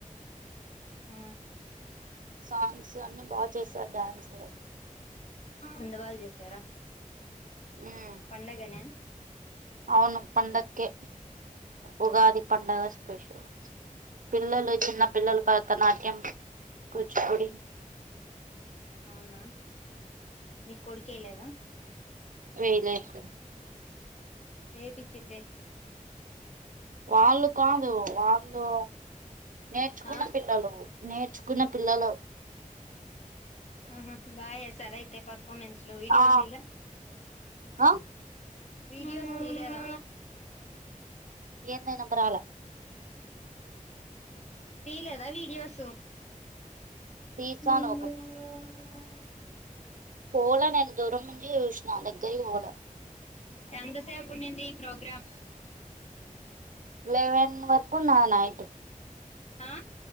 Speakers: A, on the left (about 50°); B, on the right (about 70°).
A: ఊ
B: సాంగ్స్ అన్ని బా చేసారు డ్యాన్స్
A: అంద బాగ చేస్సారా
B: మ్మ్
A: పండగన
B: అవును పండకే ఉగాది పండగ స్పెషల్ పిల్లలు చిన్న పిల్లలు భరతనాట్యం కూచిపూడి
A: అవునా మీ కొడుకేయలేదా
B: వెయిలేదు
A: ఏపించింటే
B: వాళ్ళు కాదు వాళ్ళు నేర్చుకున్న
A: ఆహా
B: పిల్లలు నేర్చుకున్న పిల్లలు
A: ఉ హు బాగా ఎసార అయితే పర్ఫమెన్స్లు విడియోల్
B: ఆ
A: దీల
B: ఆ
A: వీడియోస్ తీయలేదా
B: ఏందొ ఇనపరాల
A: తీయలేదా వీడియోస్ <inaudible>
B: తీసాను పోల నేన్ దూరం నుంచి జుషిన దగ్గర్కి వోల
A: ఎంతసేపు ఉన్నింది ప్రోగ్రాం
B: లెవెన్ వరకు ఉన్నా నైట్
A: ఆ